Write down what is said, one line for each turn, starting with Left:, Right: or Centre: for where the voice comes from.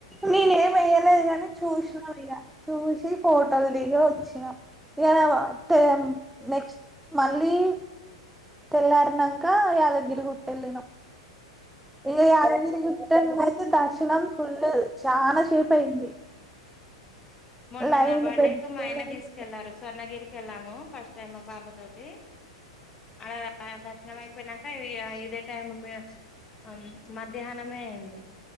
Centre: నేనేమి వెయ్యలేదు కాని చూసినం ఇగ చూసి ఫోటోల్ దిగి వచ్చినం ఇగ మేము పేం నెక్స్ట్ మళ్ళీ తెల్లారినంక యాదగిరి గుట్ట ఎళ్ళినం ఇగ యాదగిరి గుట్టలనయితే దర్శనం ఫుల్లు చాన సేప్ అయింది
Left: మొన్న
Centre: లైన్
Left: నా బర్త్డే
Centre: పెద్ద
Left: కు మా ఆయన
Centre: లైన్
Left: తీసుకెళ్లారు స్వర్ణగిరికి వెళ్ళాము ఫస్ట్ టైమ్ మ పాప తోటి ఆడ అపారు న్నం అయిపోయినంక ఇగ ఇదే టైమ్ మె అ మధ్యాహ్నమే అయింది